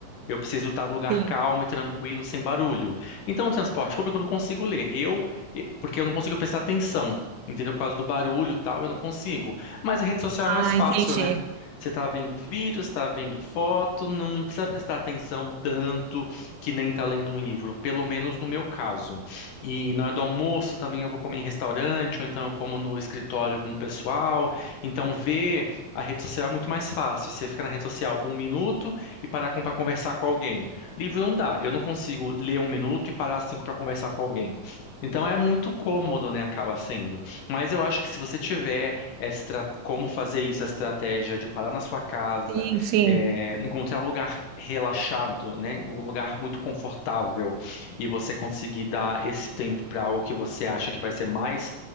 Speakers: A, on the left; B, on the right.
A: Eu preciso estar num lugar
B: sim.
A: calmo e tranquilo, sem barulho. Então, o transporte público eu não consigo ler. Eu, eh, porque eu não consigo prestar atenção, entendeu? Por causa do barulho e tal, eu não consigo. Mas a rede social
B: Ah,
A: é mais fácil,
B: entendi.
A: né? Você está vendo vídeo, está vendo foto, não precisa prestar atenção tanto que nem está lendo um livro, pelo menos no meu caso. E na hora do almoço também eu vou comer em restaurante, ou então eu como no escritório com o pessoal. Então, ver a rede social é muito mais fácil. Você fica na rede social um minuto e parar com- pra conversar com alguém. Livro não dá. Eu não consigo ler um minuto e parar cinco para conversar com alguém. Então é muito cômodo, né? Acaba sendo. Mas eu acho que se você tiver estra... como fazer isso, a estratégia de parar na sua casa,
B: Sim, sim.
A: é, encontrar um lugar relaxado, né? Um lugar muito confortável e você conseguir dar esse tempo para algo que você acha que vai ser mais